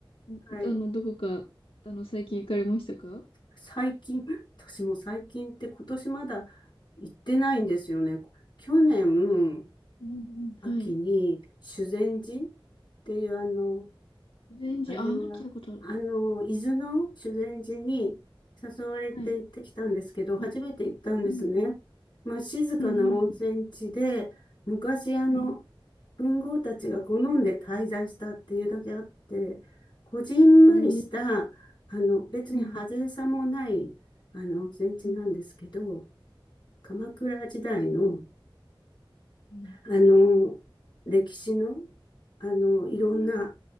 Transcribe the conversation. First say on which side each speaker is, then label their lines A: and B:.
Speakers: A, on the left (about 85°); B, on the left (about 60°).
A: んあの、
B: はい。
A: どこか、あの、最近行かれましたか
B: 最近、私も最近って今年まだ行ってないんですよね。去年、
A: うんうん、
B: 秋に修善寺っ
A: はい。
B: ていうあの、
A: 全然、
B: あれは、
A: あ、なんか聞いたことある。
B: あの、伊豆の修善寺に誘われて行ってきたんですけど、
A: はい、はい。
B: 初めて行ったんですね。
A: うんうん、
B: まあ、静かな温泉地で、
A: うんうん、
B: 昔あの、
A: うん。
B: 文豪たちが好んで滞在したっていうだけあって、こじんまりした、
A: えー
B: あの、別に派手さもない、
A: うん
B: あの、温泉地なんですけど、
A: うん、
B: 鎌倉時代の
A: うん、
B: あの、歴史の、あの、いろんな